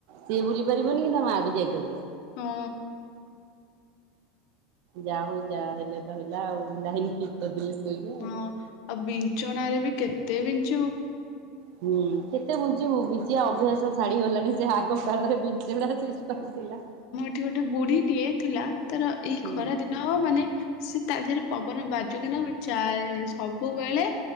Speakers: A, on the right; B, on the left.
A: ସିଏ ବୁଲି ପାରିବନି କି ତା ମା ବି ଯାଇପାରିବ।
B: ହଁ
A: ଯା ହଉ ଯାହା ହେଲେ ତ ହେଲା ଆଉ ଲାଇନି ଠିକ କରିଦେଲେ ଶୋଇଲେ ଆଉ
B: ହଁ
A: କ।
B: ଆଉ ବିଞ୍ଚଣା ରେ ବି କେତେ ବିଞ୍ଚିବ।
A: ହୁଁ କେତେ ବୁଞ୍ଚିବୁ ବିଞ୍ଚିଆ ଅଭ୍ୟାସ ଛାଡିଗଲାଣି ଯେ ଆଗ କାଳରେ ବିଞ୍ଚଣା ସେ କରଥିଲା।
B: ଠି ଗୋଟେ ବୁଢୀଟିଏ ଥିଲା ତାର ଏଇ
A: ହୁଁ
B: ଖରା ଦି ନହବ ମାନେ ସେ ତା ଦେହରେ ପବନ ବାଜୁ କିି ନ ବାଜୁ ଚା ସବୁବେଳେ।